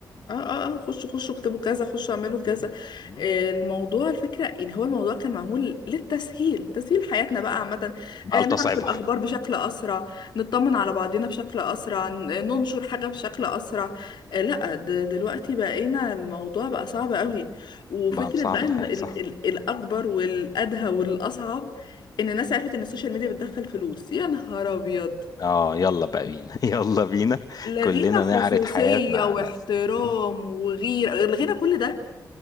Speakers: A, on the left; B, on the left.
A: اه اه اه خشوا خشوا اكتبوا كذا خشوا اعملوا كذا
B: مم. مم.
A: آه، الموضوع الفكرة ان هو الموضوع كان معمول للتسهيل تسهيل حياتنا بقى عامة
B: بقى
A: آه،
B: لتصعبها
A: نعرف الاخبار بشكل اسرع نطمن على بعضنا بشكل اسرع ن- ننشر حاجة بشكل اسرع آه، لا د- دلوقتي بقينا الموضوع بقى صعب قوي وفكرة
B: بقى مصعب
A: بقى
B: الحياة
A: ان ال-
B: صح
A: ال- الاكبر والادهى والاصعب ان الناس عرفت ان السوشيال ميديا بتدخل فلوس يا نهار ابيض
B: اه يلا بقى بينا <laughs> يلا بينا
A: لغينا
B: كلنا
A: خصوصية
B: نعرض حياتنا على
A: واحترام
B: س- مم.
A: وغيرة لغينا كل ده